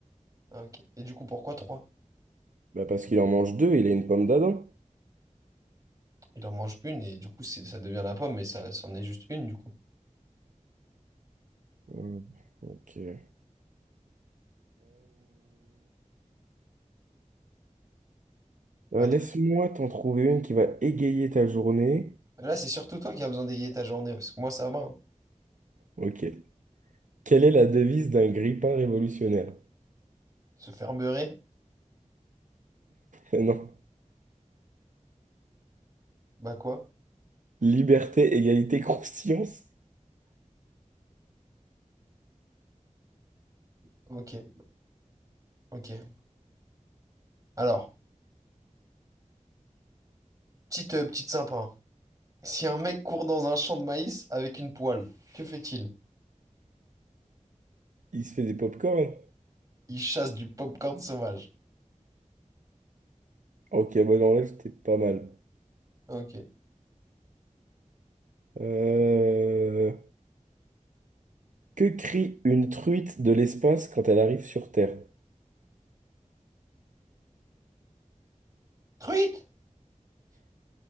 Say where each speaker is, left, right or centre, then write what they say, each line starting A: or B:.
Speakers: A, on the right (about 25°); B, on the right (about 75°).
A: Ah, ok. Et du coup, pourquoi trois?
B: Bah parce qu'il en mange deux, il a une pomme d'Adam.
A: Il en mange une et du coup, c'est- ça devient la pomme, mais ça, c'en est juste une du coup.
B: Hum, ok. Euh, euh,
A: Attends.
B: laisse-moi t'en trouver une qui va égayer ta journée.
A: Là, c'est surtout toi qui as besoin d'égayer ta journée, parce que moi, ça va. hein.
B: Ok. Quelle est la devise d'un grippin révolutionnaire? <laughs>
A: Se faire beurrer?
B: Non.
A: Bah quoi?
B: Liberté, égalité, croustillance.
A: Ok, ok. Alors, petite, euh, petite sympa. hein. Si un mec court dans un champ de maïs avec une poêle, que fait-il?
B: Il se fait des pop-corn.
A: Il chasse du popcorn sauvage.
B: Ok, bon, en vrai, c'était pas mal.
A: Ok.
B: Euh, Que crie une truite de l'espace quand elle arrive sur Terre?
A: Truite!